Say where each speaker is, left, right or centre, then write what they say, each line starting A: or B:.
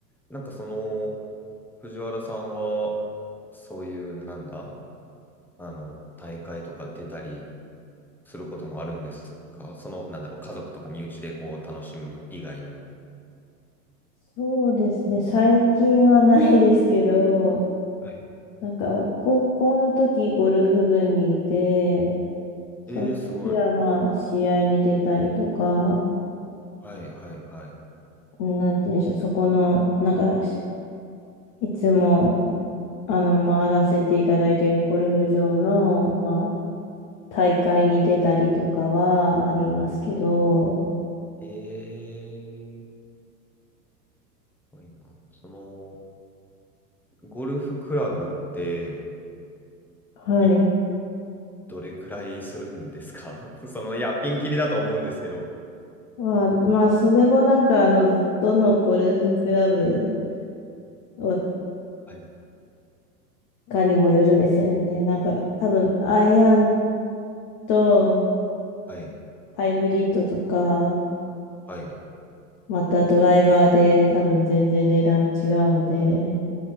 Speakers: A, in the centre; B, on the left (about 25°).
A: なんかその、藤原さんは、そういう、なんだ、あの、大会とか出たりすることもあるんですかその、なんだろう、家族とか身内でこう、楽しむ以外にも。
B: そうですね。最近はないですけど、
A: はい
B: なんか高校の時ゴルフ部にいて、その時はまあ試合に出たりとか、
A: ええ、すごい。はいはいはい。
B: なんていうんでしょう、そこの、なんかしいつも、あの、回らせていただいているゴルフ場の、まあ、大会に出たりとかはありますけど、
A: ええー、すごいな。その、ゴルフクラブって、
B: はい。
A: い、どれくらいするんですか <laughs> その、いや、ピンキリだと思うんですけど。
B: まあ、まあ、それもなんか、あの、どのゴルフクラブを
A: はい、
B: かにもよるんですよね。なんか、多分、アイアンと
A: はい、
B: ハイブリッドとか、
A: はい。
B: またドライバーで多分全然値段違うんで、